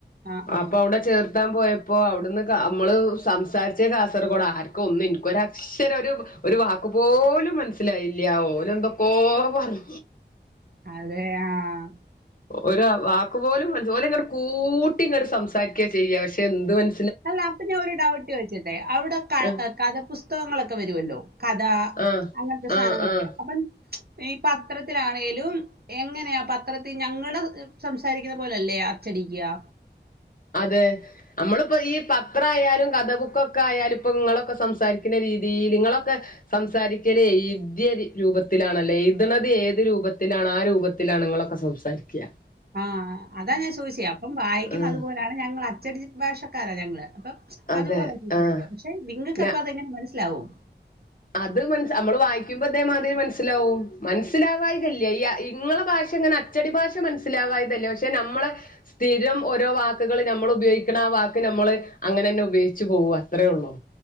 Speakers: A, on the right; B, on the left.
A: ആ ആ
B: അപ്പൊ അവടെ ചേർ ത്താൻ പോയപ്പോ അവിടുന്ന് ക അമ്മള് സംസാരിച്ച കാസർഗോഡ ആർക്കും ഒന്നും ഇൻകൊരക്ഷര ഒരു ഒരു വാക്ക് പോലും മനസ്സിലായില്ല ഓനെന്തൊക്കോ പറഞ്ഞ
A: അതെ ആഹ്
B: ഒരാ വാകു പോലും മനസ്പോലെ ഓല്ങ്ങട്ട് കൂട്ടി ങ്ങട്ട് സംസാരിക്കചെയ്യ പക്ഷെ എന്ത് മന
A: അല്ല അപ്പ ഞാ ഒരു ഡൗട്ട് ചോയ്ച്ചട്ടെ അവടെ ക
B: ആഹ്
A: കഥപുസ്തകങ്ങളൊക്കെ വരുവല്ലോ കഥാ
B: ആഹ്
A: അങ്ങനത്തെ സായനങ്ങളൊക്കെയാ
B: ആഹ് ആഹ്
A: അപ്പം ഈ പത്രത്തിലാണേലും എങ്ങനെയാ പത്രത്തിൽ ഞങ്ങള് സംസാരിക്കുന്ന പോലല്ലേ അച്ചടിക്കാ
B: അതെ അമ്മളിപ്പോ ഈ പത്ര ആയാലും കഥ ബുക്കൊക്കെ ആയാലും ഇപ്പൊ ഇങ്ങളൊക്കെ സംസാരിക്കുന്ന രീതീല് ഇങ്ങളൊക്കെ സംസാരിക്കല് ഇദ്യ രൂപത്തിലാണല്ലേ എഴ്ത്ണത് ഏത് രൂപത്തിലാണ് ആ രൂപത്തിലാണ് ഇങ്ങളൊക്കെ സം സാരിക്ക്യാ
A: ആഹ് അതാ ഞാൻ ചോദിചെ അപ്പം വായിക്കുന്ന
B: ആഹ്
A: അതുപോലെയാണ് ഞങ്ങൾ അച്ചടി ഭാഷക്കാരാ ഞങ്ങള് അപ്പൊ
B: അതെ
A: അതുപോലെ സംസാരിക്കാം
B: ആഹ്
A: പക്ഷെ നിങ്ങൾക്ക്
B: ന
A: അപ്പ അതെങ്ങനെ മനസ്സിലാവും
B: അത് മൻസ അമ്മള് വായിക്കുമ്പോഇതേമാതിരി മനസ്സിലാവും. മനസ്സിലാവായികല്യ ഈ ഇങ്ങളെ ഭാഷ ഇങ്ങനെ അ അച്ചടി ഭാഷ മനസ്സിലാവായികല്ല പക്ഷെ ഞമ്മളെ സ്ഥിരം ഓരോ വാക്കുകള് ഞമ്മള്പയോഗിക്കണ ആ വാക്ക് ഞമ്മള് അങ്ങനെന്നെ ഉപയോഗിച്ച് പോവാ അത്രേ ഒള്ളൂ